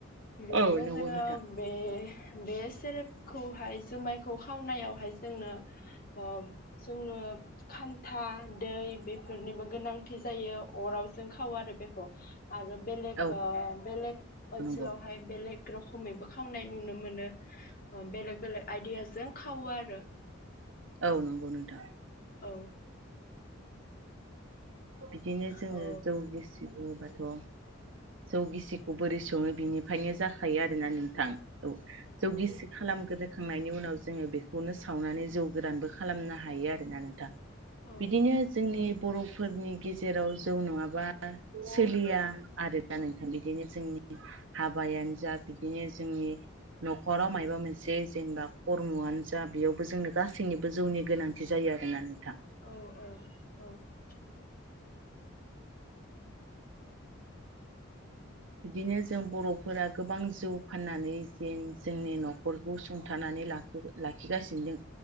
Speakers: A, on the left; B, on the right.
A: बिदिनो
B: औ नंगौ
A: जोङो
B: नोंथां
A: बे बे सेरेबखौहाय जुमायखौ खावनायावहाय जोंनो ओ जोंनो खान्था दै बेफोरनिबो गोनांथि जायो अराव जों खावो आरो बेखौ आरो बेलेग
B: औ
A: आ बेलेग ओनसोलावहाय
B: नंगौ
A: बेलेग रोखोमैबो खावनाय नुनो मोनो ओ बेलेग बेलेग आइदियाजों खावो आरो
B: औ नंगौ नोंथां
A: औ
B: बिदिनो जोङो
A: औ
B: जौ गिसि बुंबाथ' जौ गिसिखौ बोरै सङो बिनिफ्रायनो जाखायो आरोना नोंथां औ जौ गिसि खालामग्रोखांनायनि उनाव जोङो बेखौनो सावनानै जौ गोरानबो खालामनो हायो आरोना नोंथां।
A: औ
B: बिदिनो जोंनि बर'फोरनि गेजेराव जौ नङाबा सोलिया आरो ना नोंथां बिदिनो जोंनि हाबायानो जा बिदिनो जोंनि न'खराव मायबा मोनसे जेनेबा खर्मआनो जा बेयावबो जोंनो गासैनिबो जौनि गोनां थि जायो आरोना नोंथां
A: औ औ औ
B: बिदिनो जों बर'फोरा गोबां जौ फाननानै जेन जोंनि न'खरखौ सुंथानानै लाखि लाखिगासिनो